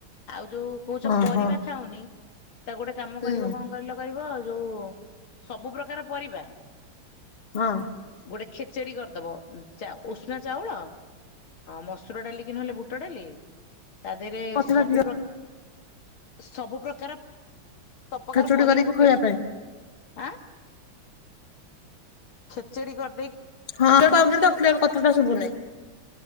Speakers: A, on the left; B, on the left.
A: ଆଉ ଯୋଉ କହୁଛ
B: ଓହୋ
A: ପରିବା ଖାଉନି ତାକୁ ଗୋଟେ କାମ
B: ହୁଁ
A: କରିବ କରିବ ଆ ଯୋଉ ସବୁ ପ୍ରକାର ପରିବା
B: ହଁ।
A: ଗୋଟେ ଖେଚେଡି କରିଦବ। ଉଷୁନା ଚାଉଳ ମସୁର ଡାଲିକି ନହେଲେ ବୁଟ ଡାଲି ତା ଦେହରେ
B: କଥାଟା
A: ସବୁ
B: କ୍ଲିୟର
A: ପ୍ର ସବୁ ପ୍ରକାର ସବୁ ପକାର
B: ଖେଚୁଡି
A: ପରିବା
B: କରିକି
A: ପକେଇବେ
B: ଖୋଇବା ପାଇଁ
A: ଆଁ ଖେଚେଡି କର
B: ହଁ ନେଟୱାର୍କ ପାଉନି ତ କ୍ଲିୟର କଥାଟା ଶୁଭୁନି।